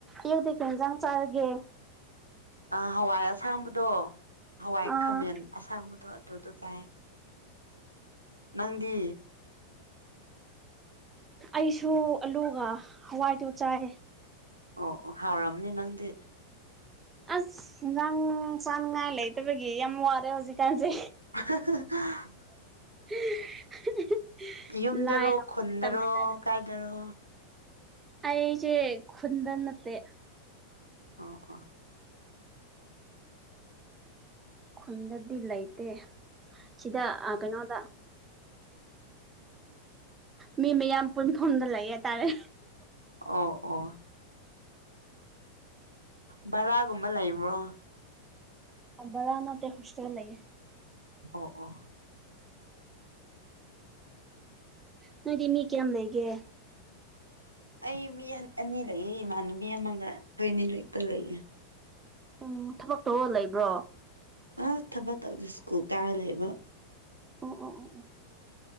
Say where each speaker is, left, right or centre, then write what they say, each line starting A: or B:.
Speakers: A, on the right (about 15°); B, on the right (about 80°).
A: ꯑꯌꯨꯛꯇꯤ ꯀꯩ ꯍꯦꯟꯖꯥꯡ ꯆꯥꯔꯒꯦ
B: ꯑꯥ ꯍꯋꯥꯏ ꯑꯁꯥꯡꯕꯗꯣ ꯍꯋꯥꯏ
A: ꯑꯥ
B: ꯈꯥꯃꯦꯟ ꯑꯁꯥꯡꯕꯗꯣ ꯑꯗꯨꯗꯣ ꯆꯥꯏ ꯅꯪꯗꯤ
A: ꯑꯩꯁꯨ ꯑꯂꯨꯒ ꯍꯋꯥꯏꯗꯣ ꯆꯥꯏꯌꯦ
B: ꯑꯣ ꯑꯣ ꯍꯥꯎꯔꯝꯅꯤ ꯅꯪꯗꯤ
A: ꯑꯁ ꯍꯤꯟꯖꯥꯡ ꯆꯥꯅꯉꯥꯏ ꯂꯩꯇꯕꯒꯤ ꯌꯥꯝ ꯋꯥꯔꯦ ꯍꯨꯖꯤꯛꯀꯥꯟꯖꯦ
B: <unintelligible>
A: <unintelligible>
B: ꯌꯨꯝꯗꯔꯣ
A: ꯂꯥꯏꯔꯕ
B: ꯈꯨꯟꯗꯔꯣ
A: ꯃꯇꯝꯅꯤꯅ
B: ꯀꯥꯏꯗꯔꯣ
A: ꯑꯩꯖꯦ ꯈꯨꯟꯗ ꯅꯠꯇꯦ
B: ꯑꯣ ꯑꯣ
A: ꯈꯨꯟꯗꯗꯤ ꯂꯩꯇꯦ ꯁꯤꯗ ꯑꯥ ꯀꯩꯅꯣꯗ ꯃꯤ ꯃꯌꯥꯝ ꯄꯨꯟꯐꯝꯗ ꯂꯩꯌꯦ ꯇꯥꯔꯦ
B: ꯑꯣ ꯑꯣ ꯕꯔꯥꯒꯨꯝꯕ ꯂꯩꯕ꯭ꯔꯣ
A: ꯕꯔꯥ ꯅꯠꯇꯦ ꯍꯣꯁꯇꯦꯜ ꯂꯩꯌꯦ
B: ꯑꯣ ꯑꯣ
A: ꯅꯣꯏꯗꯤ ꯃꯤ ꯀ꯭ꯌꯥꯝ ꯂꯩꯒꯦ
B: ꯑꯩ ꯃꯤ ꯑꯅꯤ ꯂꯩꯌꯦ ꯏꯃꯥꯟꯅꯕꯤ ꯑꯃꯒ ꯈꯣꯏ ꯑꯅꯤ ꯂꯩꯇ ꯂꯩꯌꯦ
A: ꯑꯣ ꯊꯕꯛ ꯇꯧꯔ ꯂꯩꯕ꯭ꯔꯣ
B: ꯑ ꯊꯕꯛ ꯇꯧꯗꯦ ꯁ꯭ꯀꯨꯜ ꯀꯥꯔ ꯂꯩꯕ
A: ꯑꯣ ꯑꯣ ꯑꯣ